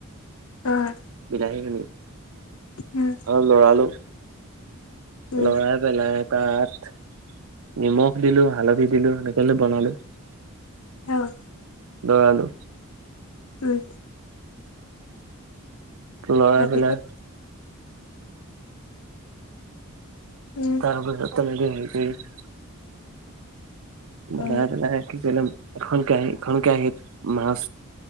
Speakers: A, on the left; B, on the right.
A: অ'।
B: বিলাহী খিনি।
A: উম।
B: লৰালোঁ
A: উম
B: লৰাই পেলাই তাত নিমখ দিলোঁ, হালধি দিলোঁ সেনেকৈ বনালো।
A: অ'
B: <unintelligible> বনালো
A: উম'
B: লৰাই
A: তাৰপাছত
B: পেলাই
A: উম
B: তাৰপিছত পানী পৰা সেকি বনাই
A: অ
B: চেনেকা কি কৰিলে এখন কেৰাহী ইখন কেৰাহীত মাছ,